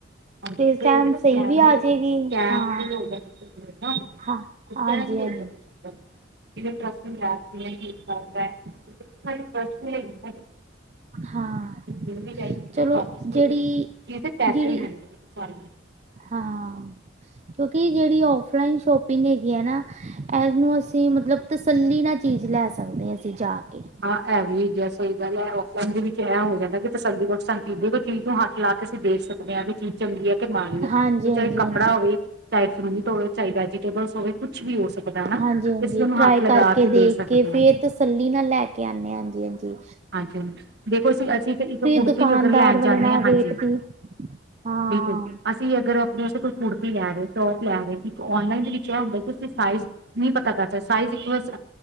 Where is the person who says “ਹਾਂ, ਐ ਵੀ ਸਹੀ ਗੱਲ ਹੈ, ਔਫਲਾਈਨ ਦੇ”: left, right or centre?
Right